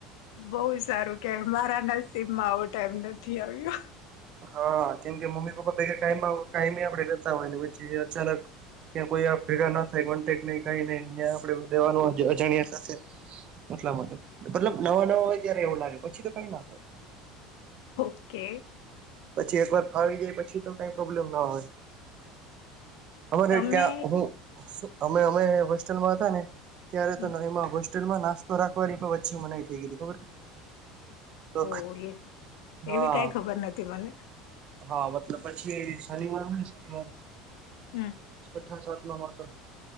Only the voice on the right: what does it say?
હન, કેમ કે મમ્મી-પપ્પા પેલે ટાઈમમાં કાયમી આપડે રેતા હોય પછી અચાનક ત્યાં કોઈ આપ ભેગા ન થાય કોન્ટેક નઈ કઈ ન્યા આપણેે રેવાનું અજાણ્યા સાથે. એટલા માટે. મતલબ નવા-નવા હોય ત્યારે એવું લાગે. પછી તો કઈ ના થા -
પછી એકવાર ફાવી જાય પછી તો કઈ પ્રોબ્લેમ ના હોય. અમારે
ત્યાં હું અમે અમે હોસ્ટેલમાં હતા ને ત્યારે
તો નવીમાં હો હોસટેલમાં નાસ્તો રાખવાની પણ વચ્ચી મનાઈ થઈ ગય ખબર તો
હા
હા મતલબ પછી શનિવાર હોય ને શનિવાર
છઠ્ઠા સાતમા મા હતો.